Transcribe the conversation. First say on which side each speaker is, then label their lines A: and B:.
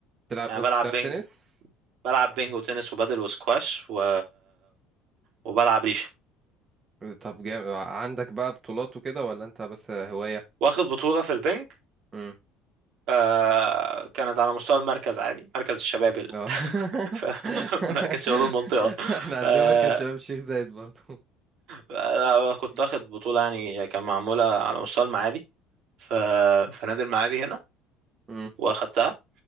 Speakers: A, on the right (about 30°); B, on the right (about 65°).
A: تلعب
B: انا
A: اوف
B: بلعب
A: تلعب
B: بينج
A: تنس
B: بلعب بينج وتنس وبادل وسكواش و... وبلعب ريشه
A: طب جامد عندك بقى بطولات وكده ولا انت بس هواية
B: واخد بطوله في البينج
A: امم
B: آه... كانت على مستوى المركز عادي مركز الشباب ال...
A: اه
B: <laughs>
A: <laughs>
B: ف- مركز شباب المنطقه
A: احنا عندنا
B: آه...
A: مركز شباب الشيخ زايد برضو
B: لا، كنت
A: <laughs>
B: واخد بطوله يعني كان معموله على مستوى المعادي ف... في نادي المعادي هنا
A: امم
B: واخدتها